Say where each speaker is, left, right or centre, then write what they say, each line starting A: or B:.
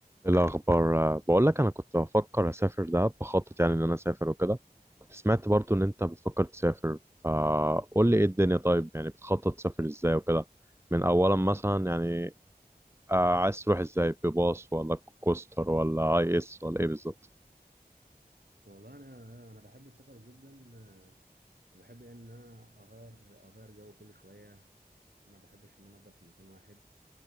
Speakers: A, on the right; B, on the right.
A: إيه الأخبار بقول لك أنا كنت بفكر أسافر دهب بخطط يعني إن أنا أسافر وكده كنت سمعت برضو إن أنت بتفكر تسافر فقول لي إيه الدنيا طيب يعني بتخطط تسافر إزاي وكده من أولا مثلا يعني آه، عايز تروح إزاي بباص ولا كوستر ولا أي إس ولا إيه بالظبط
B: والله انا انا بحب السفر جدا آه، وبحب يعني ان انا اغير اغير جو كل شويه ما بحبش ان انا افضل في مكان واحد